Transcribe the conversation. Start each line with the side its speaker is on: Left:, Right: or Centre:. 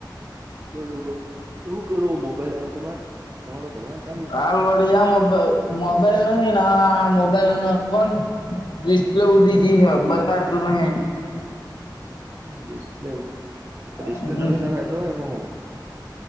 Right: બરોબર શું કરું મોબાઈલ હાલ તમારે તમારે તો ભણવાનું છે.
Left: હા લોડિયા મોબાઈલ મોબાઈલ નહીિ ના મોબાઈલ કોણ રિ લ ઉડીજી હ બતા તું ન
Right: ડિસ્પ્લે તો ડિસ્પ્લે
Left: હમમ
Right: નવી નાખાયતો હોય એમાં હું.